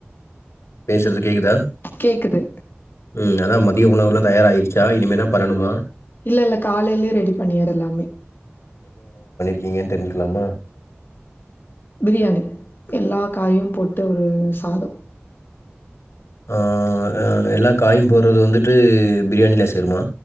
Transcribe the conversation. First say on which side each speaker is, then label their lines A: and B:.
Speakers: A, on the left; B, on the left.
A: பேசுறது கேக்குதா
B: கேக்குது
A: ம். அதான் மதிய உணவுலா தயார் ஆயிருச்சா இனிமே தா பண்ணணுமா
B: இல்ல இல்ல காலேலயே ரெடி பண்ணிடு எல்லாமே
A: என்னனு தெரிஞ்சிக்கலாமா
B: பிரியாணி எல்லா காயும் போட்டு ஒரு சாதம்
A: ஆ எல்லா காயும் போடுறது வந்துட்டு பிரியாணிலா சேருமா